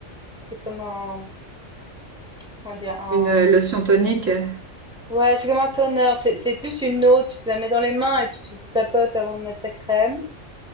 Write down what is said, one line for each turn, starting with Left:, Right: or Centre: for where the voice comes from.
Centre: c'est comme un, comment dire, un,
Right: une euh, lotion tonique. euh,
Centre: ouais, c'est comme un toner. C'est, c'est plus une eau, tu te la mets dans les mains et puis tu te tapotes avant de mettre ta crème.